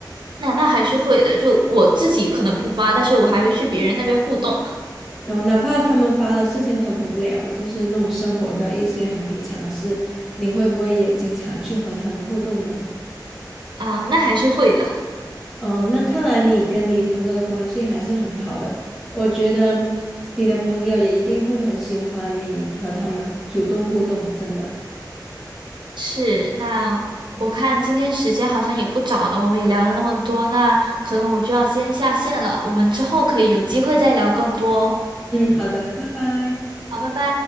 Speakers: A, on the right (about 85°); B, in the centre.
A: 那那还是会的，就我自己可能不发，但是我还会去别人那边互动
B: 然后，哪怕他们发的事情很无聊，就是那种生活的一些很平常的事，你会不会也经常去和他们互动呢？
A: 啊，那还是会的。”
B: 嗯、那看来你跟你朋友的关系还是很好的。我觉得你的朋友也一定会很喜欢你和他们的互主动互动，真的。
A: 是，那我看今天时间好像也不早了，我们也聊了那么多，那可能我就要先下线了，我们之后可以有机会再聊更多哦。
B: 嗯，好的，拜拜。
A: 好，拜拜。